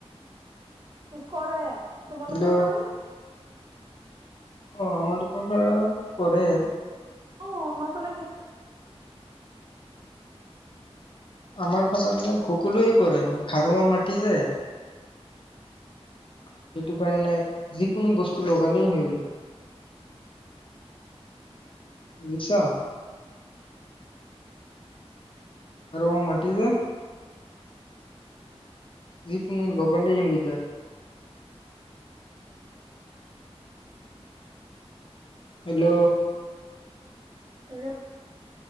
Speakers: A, on the right (about 45°); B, on the left (about 50°).
A: কৰে, তোমালোকৰ
B: হেল্ল'
A: ফালে
B: অ', আমালোকৰ পৰাও কৰে।
A: অ', আমাৰ ফালে <unintelligible>
B: আমাৰ ফালে, মানে, সকলোৱে কৰে। খাৰুৱা মাটি যে, সেইটো কাৰণে যিকোনো বস্তু লগালেই হৈ যায়, বুজিছা। আৰু মাটি যে যিকোনো লগালেই হৈ যায়। হেল্ল'!
A: হেল্ল'